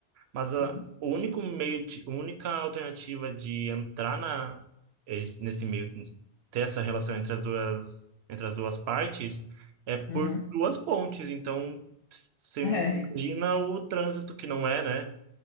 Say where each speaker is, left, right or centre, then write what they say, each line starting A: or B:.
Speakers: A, on the right; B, on the left.
A: mas a,
B: sim.
A: o único meio de, a única alternativa de entrar na, es- nesse meio, ter essa relação entre as duas, entre as duas partes, é por
B: Uhum.
A: duas
B: <laughs>
A: pontes. Então, você
B: É,
A: imagina o trânsito que não é, né?